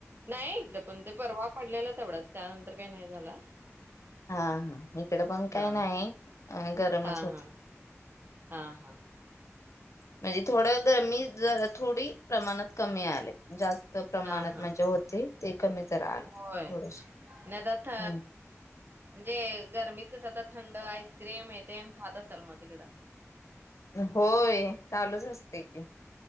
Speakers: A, on the right (about 45°); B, on the left (about 70°).
A: नाहीये पण ते परवा पडलेला तेवढाच त्यानंतर काय नाही झाला.
B: हा, हा, इकड पण काय
A: हा
B: नाही, गरमच
A: हा
B: होतय.
A: हा हा, ह.
B: म्हणजे थोड्या गरमी थोडी प्रमाणात कमी आलाय जास्त- जास्त प्रमाणात
A: हा हा
B: म्हणजे होते, ते कमी जरा आल
A: होय
B: थोडस,
A: नाही आता थ
B: हम्म.
A: म्हणजे गरमीत कसं तर थंड आईस्क्रीम य ते खात असाल मग तिकडं?
B: होय, चालूच असते की.